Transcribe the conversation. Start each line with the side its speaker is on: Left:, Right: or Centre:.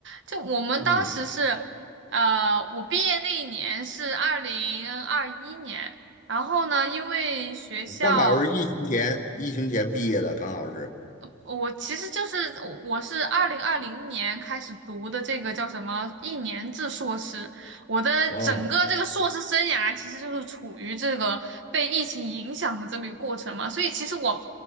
Right: 就我们当时是，
Left: 嗯，
Right: 呃，我毕业那一年是二零二一年，然后呢，因为学校
Left: 刚好是疫情前，疫情前毕业的，刚好是。
Right: 我其实就是我是二零二零年开始读的这个叫什么一年制硕士，我的整个这个硕士生涯其实就是处于这个被疫情影响的这么一个过程嘛，
Left: 哦，
Right: 所以其实我